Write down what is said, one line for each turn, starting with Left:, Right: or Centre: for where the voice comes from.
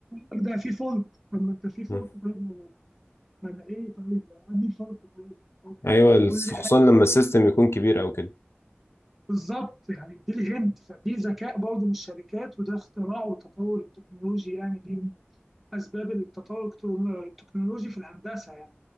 Centre: ده في فولت طب ما انت في فولت
Left: مم.
Centre: طيب ما انا ما انا ايه طيب عندي فولت طيب طب
Left: ايوه
Centre: طب
Left: الس-
Centre: قول لي
Left: خصوصا
Centre: حاجه
Left: لما السيستم يكون كبير او كده
Centre: بالظبط يعني دي لي هنت فدي ذكاء برضه من الشركات وده اختراع وتطور التكنولوجي يعني دي اسباب التطور التو- التكنولوجي في الهندسه يعني